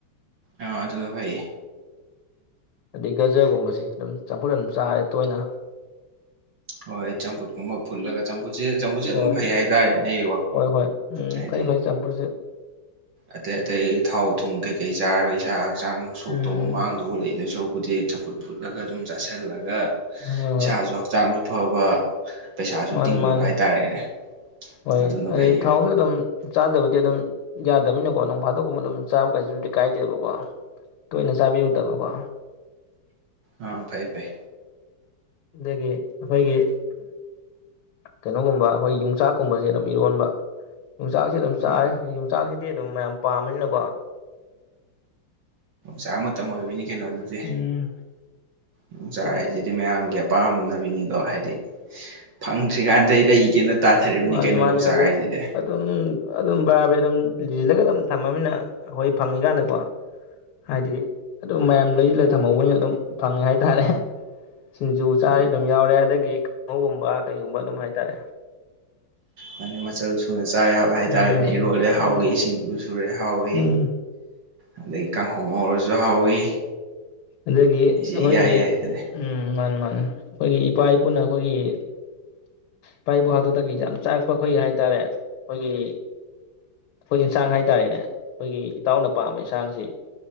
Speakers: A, on the right; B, on the left.
A: ꯑꯥ ꯑꯗꯨꯅ ꯐꯩꯌꯦ
B: ꯑꯗꯩ ꯒꯖꯔꯒꯨꯝꯕꯁꯤ ꯑꯗꯨꯝ ꯆꯝꯐꯨꯠ ꯑꯗꯨꯝ ꯆꯥꯔꯦ ꯇꯣꯏꯅ
A: ꯍꯣꯏ ꯆꯝꯐꯨꯠꯀꯨꯝꯕ ꯐꯨꯠꯂꯒ ꯆꯝꯐꯨꯠꯁꯦ ꯆꯝꯐꯨꯠꯁꯦ ꯑꯗꯨꯝ
B: ꯍꯣꯏ
A: ꯐꯩ ꯍꯥꯏꯇꯥꯔꯦꯅꯦ ꯑꯩ
B: ꯍꯣꯏ ꯍꯣꯏ ꯎꯝ
A: ꯍꯥꯏꯗꯤ
B: ꯐꯩ ꯐꯩ ꯆꯝꯐꯨꯠꯁꯦ
A: ꯑꯇꯩ ꯑꯇꯩ ꯊꯥꯎ ꯊꯨꯝ ꯀꯩ ꯀꯩ ꯆꯥ ꯄꯩꯁꯥ ꯍꯛꯆꯥꯡ ꯁꯣꯛꯇꯧꯕ
B: ꯎꯝ
A: ꯃꯥꯡꯗꯧꯕ ꯂꯩ ꯗꯧ ꯁꯔꯨꯛ ꯎꯗꯤ ꯆꯝꯐꯨꯠ ꯐꯨꯠꯂꯒ ꯑꯗꯨꯝ ꯆꯥꯁꯤꯜꯂꯒ
B: ꯍꯣꯏ ꯍꯣꯏ
A: ꯏꯁꯥꯁꯨ ꯍꯛꯆꯥꯡꯁꯨ ꯑꯥ ꯄꯩꯁꯥꯁꯨ
B: ꯃꯥꯅꯤ
A: ꯇꯤꯡꯗꯕ
B: ꯃꯥꯅꯤ
A: ꯍꯥꯏꯇꯔꯦꯅꯦ
B: ꯍꯣꯏ
A: ꯑꯗꯨꯅ
B: ꯑꯗꯩ
A: ꯐꯩꯌꯦꯕ꯫
B: ꯊꯥꯎꯁꯨ ꯑꯗꯨꯝ ꯆꯥꯗꯕꯗꯤ ꯑꯗꯨꯝ ꯌꯥꯗꯕꯅꯤꯀꯣ ꯅꯪ ꯐꯥꯗꯣꯛꯀꯨꯝꯕ ꯑꯗꯨꯝ ꯆꯥꯕ ꯀꯩꯁꯨꯕꯨꯗꯤ ꯀꯥꯏꯗꯦꯕꯀꯣ꯫ ꯇꯣꯏꯅ ꯆꯥꯕꯤꯔꯨꯗꯕꯀꯣ
A: ꯑ ꯐꯥꯏ ꯐꯥꯏ
B: ꯑꯗꯒꯤ ꯑꯩꯈꯣꯏꯒꯤ ꯀꯩꯅꯣꯒꯨꯝꯕ ꯑꯈꯣꯏ ꯌꯣꯡꯆꯥꯛꯀꯨꯝꯕꯁꯦ ꯑꯗꯨꯝ ꯏꯔꯣꯟꯕ ꯌꯣꯡꯆꯥꯛꯁꯤ ꯑꯗꯨꯝ ꯆꯥꯏꯔꯦ
A: ꯎꯝ
B: ꯌꯣꯡꯆꯥꯛꯁꯤꯗꯤ ꯑꯗꯨ ꯃꯌꯥꯝ ꯄꯥꯝꯕꯅꯤꯅꯀꯣ
A: ꯆꯥꯡ ꯃꯇꯝ ꯑꯣꯏꯕꯅꯤ ꯀꯩꯅꯣꯗꯨꯗꯤ
B: ꯎꯝ
A: ꯌꯣꯡꯆꯥꯛ
B: ꯑꯗꯒꯤ
A: ꯍꯥꯏꯁꯤꯗꯤ ꯃꯌꯥꯝꯒꯤ ꯄꯥꯝꯅꯕꯤꯅꯤꯗꯣ ꯍꯥꯏꯗꯤ ꯐꯪꯗ꯭ꯔꯤꯀꯥꯟꯗꯩ ꯂꯩꯒꯦꯅ ꯇꯥꯟꯅꯔꯤꯕꯅꯤ
B: ꯃꯥꯅꯤ
A: ꯀꯩꯅꯣ
B: ꯃꯥꯅꯤ
A: ꯌꯣꯡꯆꯥꯛ
B: ꯑꯗꯨ
A: ꯍꯥꯏꯁꯤꯗꯤ
B: ꯑꯗꯨꯝ ꯑꯗꯨꯝ ꯕꯔꯥ ꯕꯥꯔꯤ ꯑꯗꯨꯝ ꯂꯤꯁꯤꯜꯂꯒ ꯑꯗꯨꯝ ꯊꯝꯃꯅꯤꯅ ꯑꯩꯈꯣꯏ ꯐꯪꯉꯤꯀꯥꯟꯗꯀꯣ ꯍꯥꯏꯗꯤ ꯑꯗꯨꯝ ꯃꯌꯥꯝ ꯂꯩꯁꯤꯜꯂꯒ ꯊꯝꯍꯧꯕꯅꯤꯅ ꯑꯗꯨꯝ ꯐꯪꯉꯦ ꯍꯥꯏ ꯇꯥꯔꯦ ꯁꯤꯡꯖꯨ ꯆꯥꯔꯦ
A: ꯎꯝ
B: ꯑꯗꯨꯝ ꯌꯥꯎꯔꯦ ꯑꯗꯒꯤ ꯀꯥꯡꯍꯧꯒꯨꯝꯕ ꯀꯩꯒꯨꯝꯕ ꯑꯗꯨꯝ ꯍꯥꯏ ꯇꯔꯦ
A: ꯃꯅꯤ ꯆꯜꯁꯨ ꯑꯗꯨꯅ ꯆꯥ ꯌꯥꯕ ꯍꯥꯏꯇꯥꯔꯅꯦ
B: ꯎꯝ
A: ꯏꯔꯣꯜꯂꯦ ꯍꯥꯎꯋꯤ
B: ꯍꯣꯏ
A: ꯏꯁꯤꯡꯗꯨ ꯁꯨꯔꯦ ꯍꯥꯎꯋꯦ
B: ꯎꯝ
A: ꯑꯗꯩꯒꯤ ꯀꯥꯡꯉꯧ ꯉꯧꯔꯁꯨ ꯍꯥꯎꯋꯤ
B: ꯑꯗꯨꯗꯒꯤ
A: ꯁꯤ
B: ꯑꯍꯣꯏꯒꯤ
A: ꯏꯌꯥ ꯌꯥꯏ ꯑꯗꯨꯅꯤ
B: ꯎꯝ ꯃꯥꯅꯦ ꯃꯥꯥꯅꯤ ꯑꯈꯣꯏꯒꯤ ꯏꯄꯥ ꯏꯄꯨꯅ ꯑꯈꯣꯏꯒꯤ ꯏꯄꯥ ꯏꯄꯨ ꯍꯥꯛꯇꯛꯇꯒꯤ ꯌꯥꯝ ꯆꯥꯛꯔꯛꯄ ꯑꯈꯣꯏꯒꯤ ꯍꯥꯏꯇꯥꯔꯦ ꯑꯈꯣꯏꯒꯤ ꯑꯈꯣꯏ ꯏꯟꯁꯥꯡ ꯍꯥꯏꯇꯥꯔꯦꯅꯦ ꯑꯈꯣꯏꯒꯤ ꯏꯇꯥꯎꯅ ꯄꯥꯝꯕ ꯏꯟꯁꯥꯡꯁꯤ